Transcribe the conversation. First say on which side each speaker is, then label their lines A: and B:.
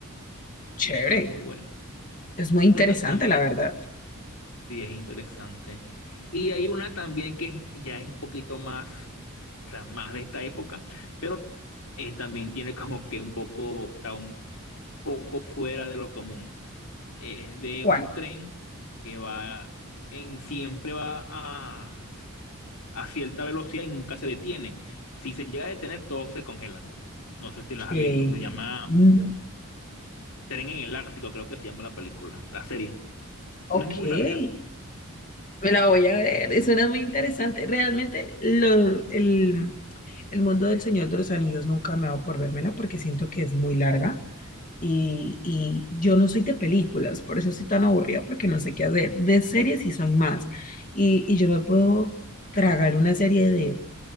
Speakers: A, on the left; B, on the left.
A: Chévere.
B: Sí, es muy bueno.
A: Es muy interesante,
B: Pero ta- también
A: la
B: hay,
A: verdad.
B: sí, es interesante. Y hay una también que ya es un poquito más, o sea, más de esta época, pero eh, también tiene como que un poco, está un poco fuera de lo común. Es de
A: ¿Cuál?
B: un tren que va en, siempre va a, a cierta velocidad y nunca se detiene. Si se llega a detener, todos se congelan. No sé si las
A: Que...
B: has visto, se llama
A: no.
B: Tren en el Ártico, creo que se llama la película, la serie.
A: Ok,
B: No es muy
A: me
B: larga,
A: la voy a ver.
B: es
A: Suena muy interesante. Realmente lo, el, el mundo del Señor de los Anillos nunca me ha dado por vérmela porque siento que es muy larga. Y, y yo no soy de películas, por eso soy tan aburrida, porque no sé qué hacer. De series sí soy más. Y, y yo me puedo tragar una serie de